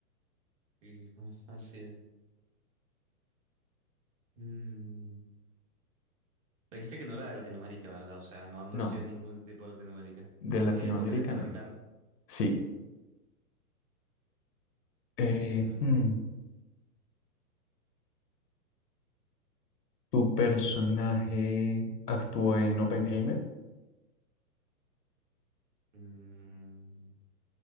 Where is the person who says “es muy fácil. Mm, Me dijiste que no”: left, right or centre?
Right